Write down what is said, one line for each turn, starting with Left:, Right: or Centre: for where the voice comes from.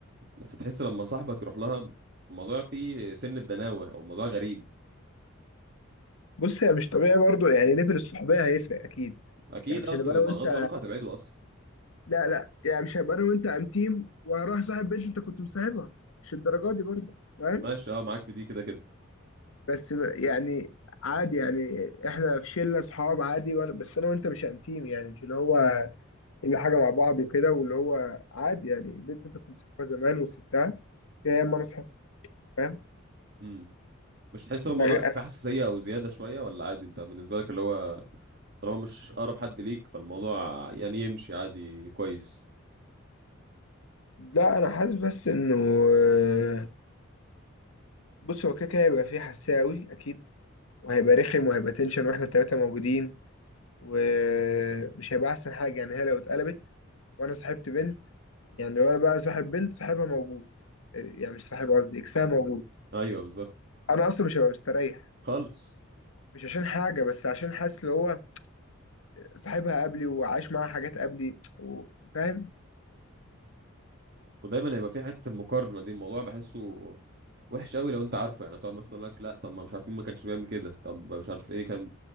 Right: بس تحس لما صاحبك يروح لها الموضوع فيه سن الدناوة او الموضوع غريب
Left: بص هي مش طبيعي برضو يعني ليفل الصحوبيه هيفرق اكيد
Right: اكيد
Left: يعني مش
Right: آه، انتوا
Left: هنبقى انا وانت
Right: غصب عنكم هتبعدوا اصلا
Left: لا لا يعني مش هبقى انا وانت انتيم وهروح صاحب بنت انت كنت مصاحبها مش الدرجه دي برضو فاهم
Right: ماشي اه معاك في دي كده كده
Left: بس ب- يعني عادي يعني احنا في شله اصحاب عادي وانا بس انا وانت مش انتيم يعني مش اللي هو كل حاجه مع بعض وكده واللي هو عادي يعني البنت انت كنت صاحبها زمان وسبتها يا اما انا صاحبها فاهم
Right: امم مش تحس ان
Left: ده
Right: الموضوع
Left: غ- أنا...
Right: فيه حساسية او زيادة شوية ولا عادي انت بالنسبة لك اللي هو طالما مش اقرب حد ليك فالموضوع يعني يمشي عادي كويس
Left: لا انا حاسس بس انه آه، بص هو كده كده هيبقى فيه حساوي اكيد وهيبقى رخم وهيبقى تنشن واحنا التلاته موجودين ومش هيبقى احسن حاجه يعني هي لو اتقلبت وانا صاحبت بنت يعني لو انا بقى صاحب بنت صاحبها موجود يعني مش صاحب قصدي اكسها موجود
Right: ايوه بالظبط
Left: انا اصلا مش هبقى مستريح
Right: خالص
Left: مش عشان حاجه بس عشان حاسس اللي هو صاحبها قبلي وعايش معاها حاجات قبلي و- فاهم
Right: ودايما هيبقى في حته المقارنه دي الموضوع بحسه وحش قوي لو انت عارفه يعني تقعد مثلا تقول لك لا طب ما مش عارفين ما كانش بيعمل كده طب مش عارف ايه كان